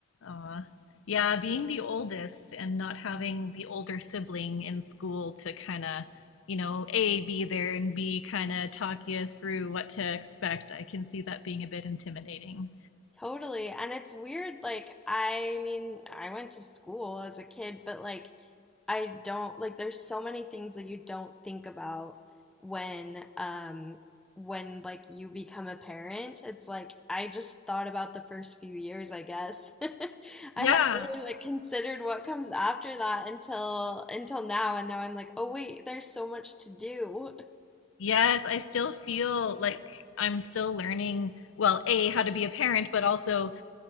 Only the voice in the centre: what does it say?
Totally. And it's weird, like, I mean, I went to school as a kid, but like, I don't, like, there's so many things that you don't think about when, um, when like you become a parent. It's like, I just thought about the first few years, I guess. <laughs> I hadn't
really like considered what comes after that until until now, and now I'm like, oh wait, there's so much to do. <laughs>